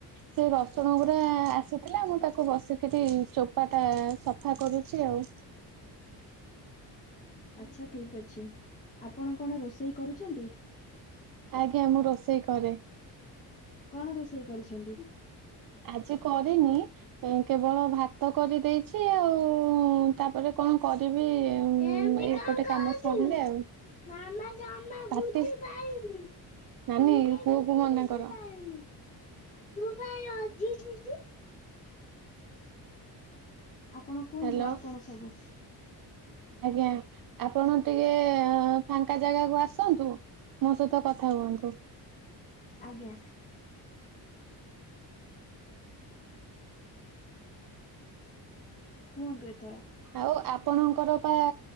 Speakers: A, on the right; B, on the left.
A: ସେ ରସୁଣ ଗୁରା ଆସିଥିଲା ମୁଁ ତାକୁ ବସିକିରି ଚୋପା ଟା ସଫା କରୁଛି ଆଉ।
B: ଆଚ୍ଛା ଠିକ ଅଛି ଆପଣ କଣ ରୋଷେଇ କରୁଛନ୍ତି?
A: ଆଜ୍ଞା ମୁଁ ରୋଷେଇ କରେ।
B: କଣ ରୋଷେଇ କରିଛନ୍ତି?
A: ଆଜି କରିନି। କେବଳ ଭାତ କରି ଦେଇଛି ଆଉ ତାପରେ କଁ କରିବି। ଆଉ
B: ଏମିତି
A: ଏପଟେ
B: କଣ କହୁଛୁ
A: କାମ ସରିଲେ ଆଉ।
B: <unintelligible>
A: ପାଟି
B: <unintelligible>
A: ନାନୀ ପୁଅକୁ ମନା କର।
B: ଆପଣ କୁହନ୍ତୁ
A: ହ୍ୟାଲୋ
B: ଆଉ କଣ ସବୁ।
A: ଆଜ୍ଞା ଆପଣ ଟିକେ ଫାଙ୍କା ଜାଗାକୁ ଆସନ୍ତୁ। ମୋ ସହିତ କଥା ହୁଅନ୍ତୁ।
B: ଆଜ୍ଞା। କୁହନ୍ତୁ ଏଥର।
A: ଆଉ ଆପଣଙ୍କର ବା